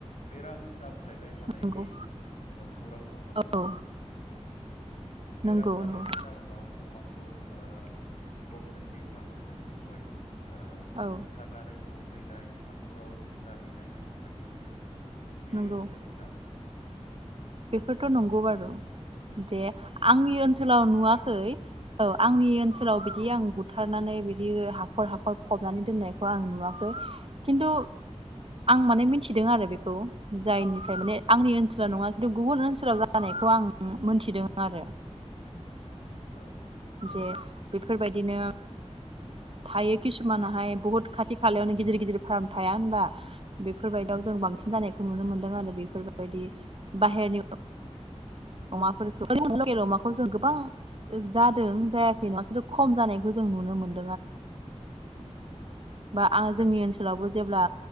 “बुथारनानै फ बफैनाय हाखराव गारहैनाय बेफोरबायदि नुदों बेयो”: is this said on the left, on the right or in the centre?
Left